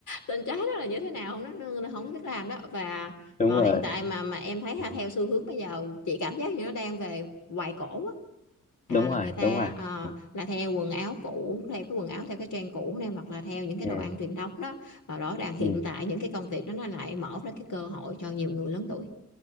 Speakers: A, on the left (about 75°); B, on the left (about 25°).
A: tình trái đó là như thế nào nó, nó, nó không có biết làm đó và
B: đúng
A: mà
B: rồi
A: hiện tại mà mà em thấy ha
B: ừ,
A: theo xu hướng bây giờ chị cảm giác như nó đang về hoài cổ á
B: đúng
A: à là
B: rồi
A: người ta
B: đúng rồi
A: ờ,
B: ừ
A: là theo quần áo cũ theo cái quần áo theo cái trend cũ này hoặc là theo những cái
B: ừ
A: đồ ăn truyền thống đó và rõ ràng hiện
B: ừ
A: tại những cái công việc đó nó lại mở ra cái cơ hội cho nhiều người lớn tuổi